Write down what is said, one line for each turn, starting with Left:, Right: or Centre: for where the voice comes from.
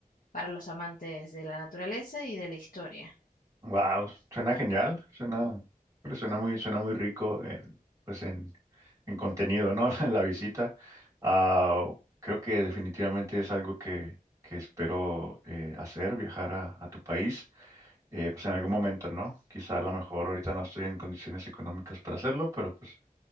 Left: para los amantes de la naturaleza y de la historia.
Right: Wow, suena genial, suena, pues, suena muy, suena muy rico en, pues en, en contenido, ¿no? <laughs> En la visita. Ah, creo que definitivamente es algo que, que espero eh, hacer, viajar a, a tu país, eh, pues en algún momento, ¿no? Quizá a lo mejor ahorita no estoy en condiciones económicas para hacerlo, pero pues